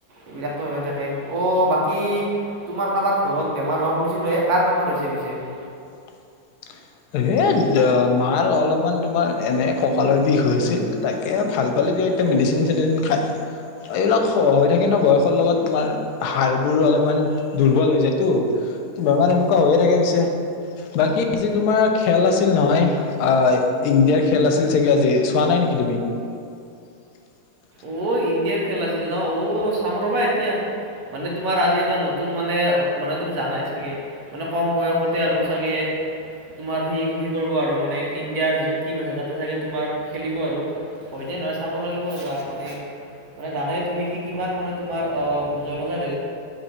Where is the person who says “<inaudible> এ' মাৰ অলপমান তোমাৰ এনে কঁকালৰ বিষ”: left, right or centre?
Left